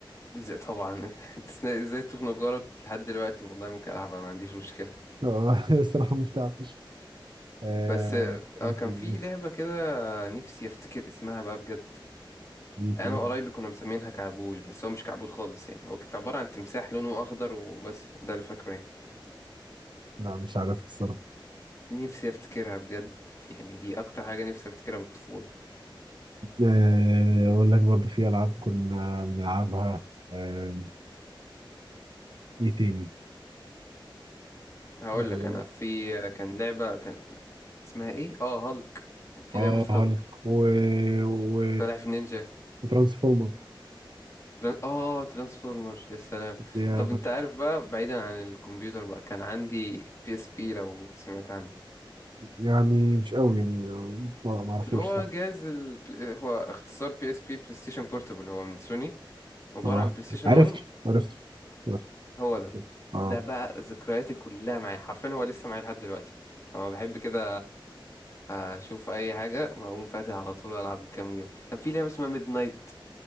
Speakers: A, on the left; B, on the right.
A: ازاي طبعا <laughs> إنت ازاي تخنق جارك لحد دلوقتي والله ممكن العبها ما عنديش مشكله
B: اه <laughs> الصراحه مش تعرفش آه.
A: بس
B: ايه
A: اه كان
B: تاني
A: في
B: مش
A: لعبة كده نفسي افتكر اسمها بقى بجد
B: مين
A: انا
B: تاني
A: وقرايبي كنا مسمينها كعبول بس هو مش كعبول خالص يعني هو كانت عبارة عن تمساح لونه اخضر وبس ده اللي فاكره يعني
B: لا مش عارف الصراحه
A: نفسي افتكرها بجد يعني دي اكتر حاجة نفسي افتكرها من الطفولة
B: آه. اقول لك برضو في العاب كنا بنلعبها آه. ايه تاني
A: هقول
B: آه،
A: لك انا في كان لعبة كان اسمها ايه اه هالك كان في
B: اه
A: لعبة <laughs>
B: هالك
A: هالك
B: و... و...
A: سلاحف النينجا
B: وترانسفورمر
A: تران- اه ترانسفورمر يا سلام
B: دي
A: طب
B: كنت
A: انت عارف بقى بعيدا عن الكمبيوتر بقى كان عندي بي اس بي لو سمعت عنه
B: يعني مش قوي يعني ما ما اعرفوش
A: اللي هو
B: صح
A: جهاز ال... بل- هو اختصار بي اس بي بلاي ستيشن بورتبل هو من سوني عبارة
B: اه
A: عن بلاي ستيشن
B: عرفته
A: 1
B: عرفته عرفته
A: هو ده
B: اه
A: ده بقى ذكرياتي كلها معايا حرفيا هو لسه معايا لحد دلوقتي لما بحب كده اشوف اي حاجة بقوم فاتح على طول والعب كام جيم كان في لعبة اسمها ميد نايت